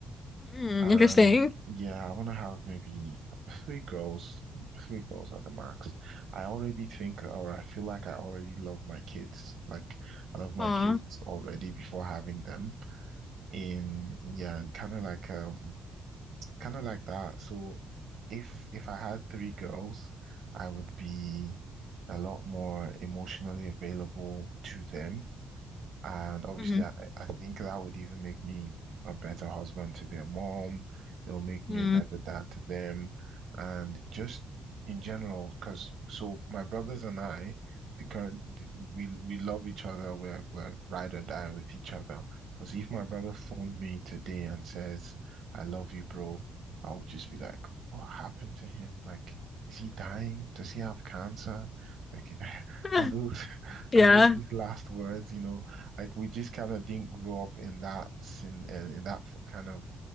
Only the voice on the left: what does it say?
Mm,
interesting.
Aw.
Mm-hmm.
Mm.
<laughs>
Yeah.